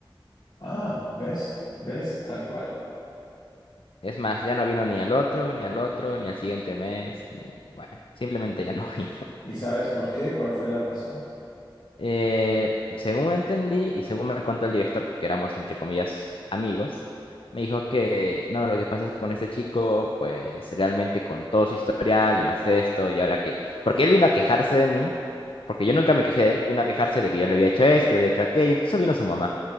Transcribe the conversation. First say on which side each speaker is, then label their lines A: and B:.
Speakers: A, on the left; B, on the left.
A: Ah, ¿ves? ¿Ves? Tal cual.
B: Es más, ya no vino ni al otro, ni al otro, ni al siguiente mes, ni bueno, simplemente ya no <laughs> vino.
A: ¿Y sabes por qué? ¿Cuál fue la razón?
B: Eh, según entendí y según me contó el director, porque éramos entre comillas amigos, me dijo que no, lo que pasa es que con este chico, pues realmente con todo su historial y más esto, y ahora que, porque él vino a quejarse de mí, porque yo nunca me quejé de él, vino a quejarse de que yo le había hecho esto, le había hecho aquello, incluso vino su mamá.